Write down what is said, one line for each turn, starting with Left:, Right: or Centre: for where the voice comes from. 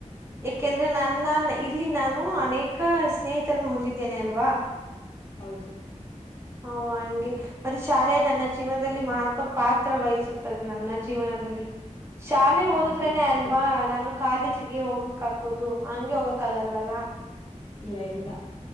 Right: ಯಾಕೆಂದ್ರೆ ನನ್ನ ಇಲ್ಲಿ ನಾನು ಅನೇಕ ಸ್ನೇಹಿತರನ್ನು ಹೊಂದಿದ್ದೇನೆ ಅಲ್ವಾ.
Left: ಹೌದು
Right: ಹು ಹಂಗೆ ಮತ್ತೆ ಶಾಲೆ ನನ್ನ ಜೀವನದಲ್ಲಿ ಮಹತ್ವ ಪಾತ್ರ ವಹಿಸುತ್ತದೆ. ನನ್ನ ಜೀವನದಲ್ಲಿ ಶಾಲೆ
Left: ಹೌದು
Right: ಓದದ್ರೇನೆ
Left: ನಿಜ ನಿಜ
Right: ಅಲ್ವಾ ನಾನು ಕಾಲೇಜಿಗೆ ಹೋಗಕ್ ಆಗೋದು ಹಂಗೆ ಹೋಗಕ್ ಆಗಲ್ವಲ್ಲ.
Left: ಇಲ್ಲ ಇಲ್ಲ.